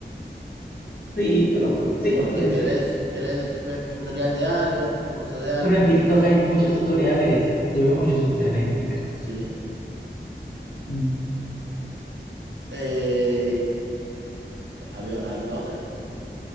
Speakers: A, on the left (about 55°); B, on the right (about 75°).
A: Sí, pero pues sí,
B: porque
A: puede
B: querés,
A: ser.
B: querés ver un tutorial de algo, un curso de algo,
A: Pero en TikTok
B: querés...
A: hay muchos tutoriales. Yo veo muchos tutoriales en TikTok.
B: Sí.
A: Mm,
B: Eh, a ver, ¿alguna otra?